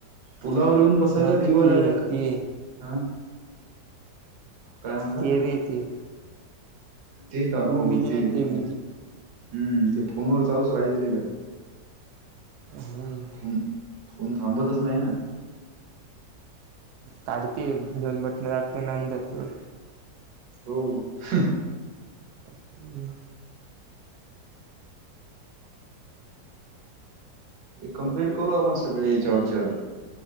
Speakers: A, on the right; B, on the right.
A: पुलावर येऊन बसायचा
B: रे
A: जीवा
B: ते
A: रायला.
B: ते
A: हा. काय म्हणला
B: ते बी येतील.
A: ते का हो
B: बिझी
A: ते
B: नाही
A: हम्
B: बिझी
A: ते फोनवर चालूच राहितील का?
B: हम.
A: फोन फोन थांबतच नाही ना.
B: काढते दोन बटन लाटते नंतर
A: हो. हम.
B: अ हम्म.
A: हे कम्प्लीट करू आपण सगळे याच्यावरच्या